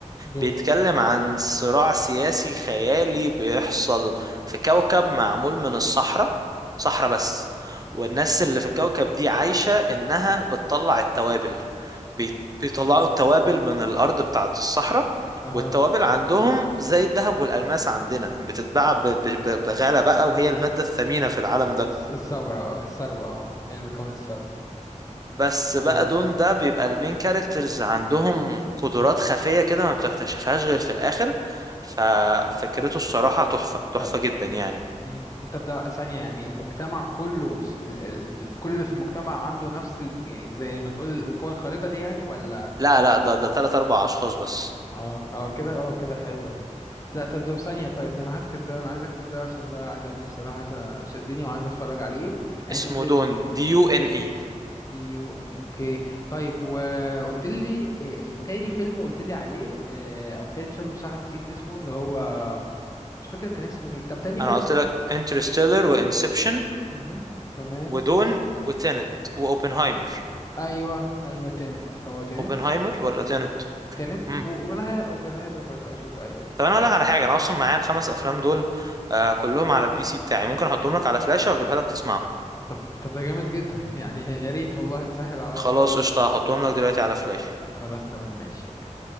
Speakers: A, on the left; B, on the right.
A: دون
B: بيتكلم عن صراع سياسي خيالي بيحصل في كوكب معمول من الصحراء صحراء بس والناس اللي في الكوكب دي عايشة إنها بتطلع التوابل بي- بيطلعوا التوابل من الأرض بتاعة الصحراء
A: اها
B: والتوابل عندهم زي الذهب والألماس عندنا بتتباع ب- ب- ب- بغالة بقى وهي المادة الثمينة في العالم ده
A: الس- الثورة الثروة اه هي اللي بتكون الثروة
B: بس
A: عم-
B: بقى دون ده بيبقى المين كاركترز عندهم قدرات خفية كده ما بتكتشفهاش غير في الآخر ففكرته الصراحة تحفة تحفة
A: طب
B: جدا يعني
A: مم. طب ده ثانية يعني المجتمع كله س- ال- ال- في كل اللي في المجتمع عنده نفس ال... زي ما تقول القوة الخارقة دي يعني ولا
B: لا لا ده ده تلات
A: مم.
B: أربع أشخاص بس
A: اه اه كده اه كده حلوة دي لا طب ده ثانية طيب ده انا هكتب ده انا عايز اكتب ده عشان ده عجبني بصراحة عايز أ- شدني وعايز اتفرج عليه يعني
B: اسمه
A: انت قلت لي
B: دون دي يو إن إي
A: دي يو ان اوكي طيب وقلت لي آه، آه، تاني فيلم قلت لي عليه آه، او تالت فيلم بصراحة نسيت اسمه اللي هو مش فاكر كان اسمه ايه طب تاني
B: أنا
A: فيلم
B: قلت لك انترستيلر وإنسبشن
A: امم تمام
B: ودون وتينت وأوبنهايمر
A: ايوه ايوه تانت هو تانت
B: أوبنهايمر ولا تينت؟
A: تانت
B: مم.
A: و- وبنهاية وبنهاية برضه اشوف ايوه ايوه
B: طب أنا هقول لك على حاجة أنا أصلا معايا الخمس أفلام دول آه كلهم على البي سي بتاعي ممكن أحطهم لك على فلاشة وأجيبها لك تسمعهم
A: طب طب ده جامد جدا <laughs> يعني يا ريت والله تسهل عليا
B: خلاص
A: خلاص
B: قشطة
A: قشطة.
B: هحطهم لك دلوقتي على فلاشة
A: خلاص تمام ماشي اوكي